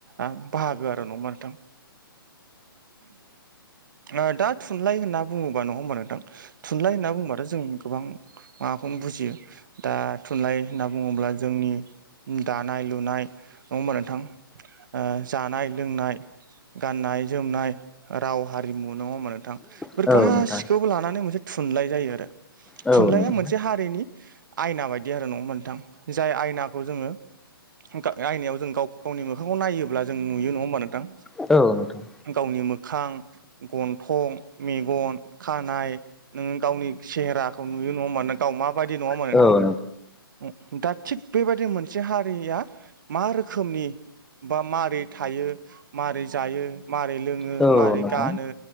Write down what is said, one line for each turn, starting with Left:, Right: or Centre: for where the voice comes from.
Right: आं बाहागो आरो नङा नोंथां। आ दा थुनलाइ होनना बुङोबा नङा होमबा नोंथां थुनलाइ होनना बुंङोबाथ' जों गोबां माबाखौनो बुजियो दा थुनलाइ होनना बुङोब्ला जोंनि दानाय लुनाय नङा होमबा नोंथां ओ जानाय लोंनाय गाननाय जोमनाय राव हारिमु नङा होनबा नों बेफोर
Centre: औ
Right: गासिखौबो
Centre: नोंथां
Right: लानानै मोनसे थुनलाइ जायो आरो।
Centre: औ नोंथां औ
Right: थुनलाइया
Centre: नोंथां
Right: मोनसे हारिनि आयना बायदि आरो नङा नोंथां जाय आयनाखौ जोङो गा आयनायाव जों गाव गावनि मोखांखौ नायोब्ला जों नुयो नङा होमबा नोंथां
Centre: औ नोंथां
Right: गावनि मोखां गन थं मेगन खानाय नोङो गावनि सेहेराखौ नुयो नङा होमबा नों गाव माबायदि नङा होनबा
Centre: औ
Right: नोंथां।
Centre: नोंथां औ नोंथां औ औ
Right: दा थिग बेबायदि मोनसे हारिया मा रोखोमनि बा मा माबोरै थायो मारै जायो मारै लोङो
Centre: औ नोंथां
Right: मारै गानो